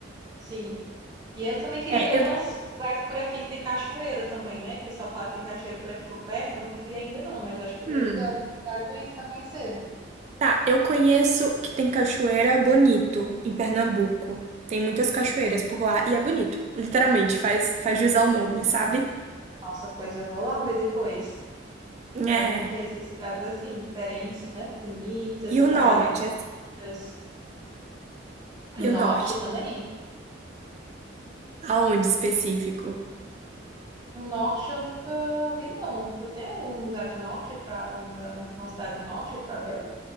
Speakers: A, on the right (about 20°); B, on the right (about 35°).
A: Sim. E eu também queria
B: É,
A: ver alguns
B: eu não...
A: lugares por aqui que tem cachoeira também, né? O pessoal fala que tem cachoeira por aqui por perto, eu não fui ainda não, mas eu acho que
B: Hum.
A: deve ter algum lugar bonito para conhecer.
B: Tá, eu conheço que tem cachoeira Bonito, em Pernambuco. Tem muitas cachoeiras por lá e é bonito. Literalmente, faz, faz jus ao nome, sabe?
A: Nossa, pois eu vou lá ver depois. Quero
B: É.
A: conhecer cidades assim, diferentes, né? Bonitas,
B: E
A: com
B: o
A: paisagens
B: norte,
A: bonitas.
B: assim,
A: No
B: e o
A: norte
B: norte?
A: também?
B: Aonde específico?
A: No norte eu nunca vi, não. Tu tem algum lugar de norte para um lugar, uma cidade do norte para ver?